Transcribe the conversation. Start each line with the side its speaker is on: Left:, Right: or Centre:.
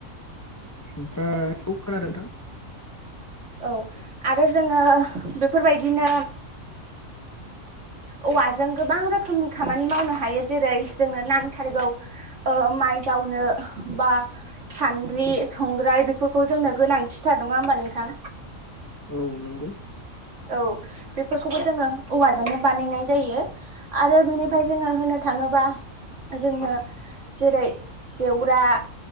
Left: ओमफ्राय बे खोनादों नोंथां
Right: औ आरो जोङो बेफोरबायदिनो औवाजों गोबां रोखोमनि खामानि मावनो हायो जेरै जोंनो नांथारगौ ओ माइ जावनो बा सान्द्रि संग्राय बेफोरखौ जोंनो गोनांथिथार नङा होमबा नोंथां।
Left: औ नंगौ
Right: औ बेफोरखौबो जोङो औवाजोंनो बानायनाय जायो। आरो बिनिफ्राय
Left: औ
Right: जोङो होनो थाङोबा जोंनो जेरै जेवरा